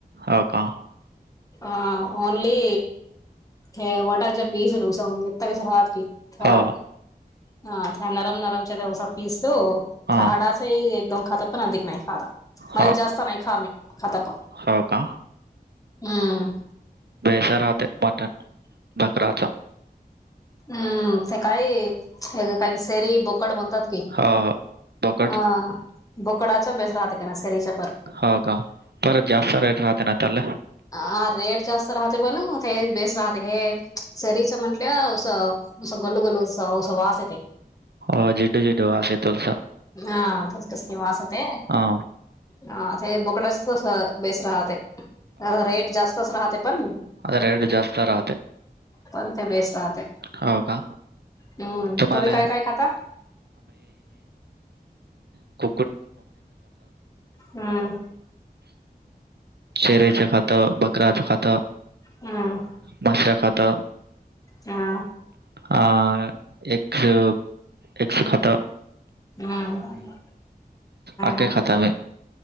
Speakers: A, on the right; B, on the left.
A: हो का
B: अह ओनली. हे वटर पीस लू सता कस राहात की. <unintelligible>
A: हो हा
B: एकदम खाता पण अधिक नाही खात मला
A: हो
B: जास्त नाही खा मी खाता पण.
A: हो का
B: हम्म.
A: बेसराात मटन बक्रचा
B: हम्म ते काय हे काही शेरी बोकड बनतात
A: हो हो. बोकड
B: ह बोकडाच बेस राहत का ना सरीच्यापार
A: हो का परत जास्त रेट राहते ना त्याला
B: हा रेट जास्त राहते बण ते बेस राहते हे सरीच म्हंटलं स गल् गल्ल सस वासते
A: हो जेडू जेडू आ स तोलस
B: हा तस् स कि वासते
A: हां.
B: हा ते बोकड्याच बेस राहते रेट जास्तच राहते पण.
A: आ्रेड जास्त तराह.
B: पणथ बेस राहात.
A: हो का?
B: हम्म
A: तुम्हाला
B: तुम्ही काय काय खाता.
A: <unintelligible>
B: हम्म
A: चेहरेचा खाता बकरया चा खाता
B: हम्म
A: माशरा खाता.
B: हम.
A: अ एक एकश खाता.
B: हम् हम्
A: आखे
B: हम.
A: खाता मी.